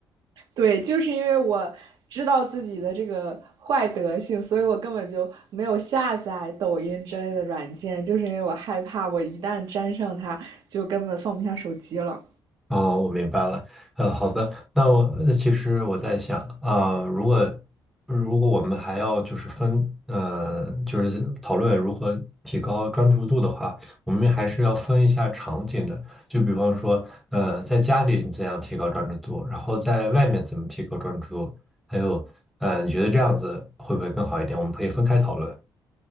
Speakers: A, on the right (about 65°); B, in the centre.
A: 对，就是因为我知道自己的这个坏德性，所以我根本就没有下载抖音之类的软件，就是因为我害怕我一旦沾上它，就根本放不下手机了。
B: 哦，我明白了。呃，好的，那我呃其实我在想，啊、如果如果我们还要就是分，呃，就是讨论如何提高专注度的话，我们还是要分一下场景的。就比方说，呃，在家里你怎样提高专注度，然后在外面怎么提高专注度，还有，呃，你觉得这样子会不会更好一点？我们可以分开讨论。